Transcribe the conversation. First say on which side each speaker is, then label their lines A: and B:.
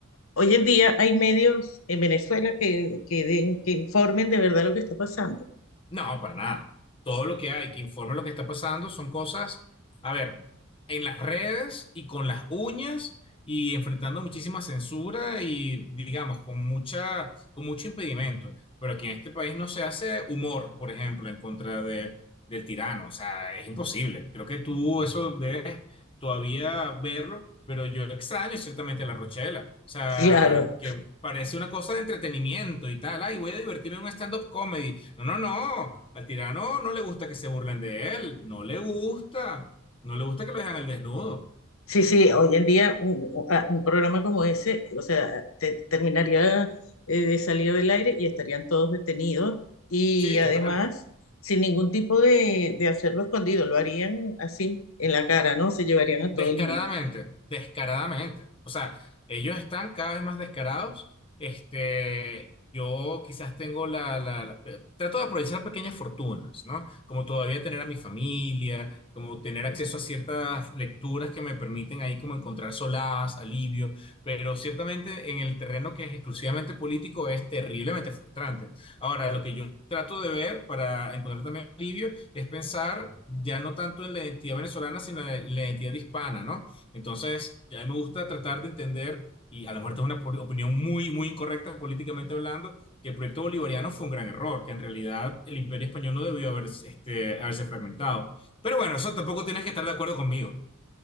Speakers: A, on the left; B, on the left.
A: Hoy en día hay medios en Venezuela que, que, den, que informen de verdad lo que está pasando.
B: No, para nada. Todo lo que hay que informe lo que está pasando son cosas, a ver, en las redes y con las uñas y enfrentando muchísima censura y digamos con mucha, con mucho impedimento. Pero aquí en este país no se hace humor, por ejemplo, en contra de, del tirano. O sea, es imposible. Creo que tú eso debes todavía verlo, pero yo extraño ciertamente a La Rochela. O sea,
A: Claro,
B: que parece una cosa de entretenimiento y tal. Ay, voy a divertirme en un stand-up comedy. No, no, no. Al tirano no le gusta que se burlen de él. No le gusta. No le gusta que lo dejan al desnudo.
A: sí, sí, hoy en día un, un programa como ese, o sea, te, terminaría eh, de salir del aire y estarían todos detenidos y
B: Sí,
A: además
B: total.
A: sin ningún tipo de, de hacerlo escondido, lo harían así en la cara, ¿no? Se llevarían a todo
B: Descaradamente,
A: el mundo.
B: descaradamente. O sea, ellos están cada vez más descarados. Este, yo quizás tengo la, la- la- eh, trato de aprovechar pequeñas fortunas, ¿no? Como todavía tener a mi familia, como tener acceso a ciertas lecturas que me permiten ahí como encontrar solaz, alivio, pero ciertamente en el terreno que es exclusivamente político es terriblemente frustrante. Ahora, lo que yo trato de ver para encontrar también alivio es pensar ya no tanto en la identidad venezolana, sino en la identidad hispana, ¿no? Entonces, ya me gusta tratar de entender, y a lo mejor esta es una opinión muy, muy incorrecta políticamente hablando, que el proyecto bolivariano fue un gran error, que en realidad el imperio español no debió haber, este, haberse fragmentado. Pero bueno, eso tampoco tienes que estar de acuerdo conmigo.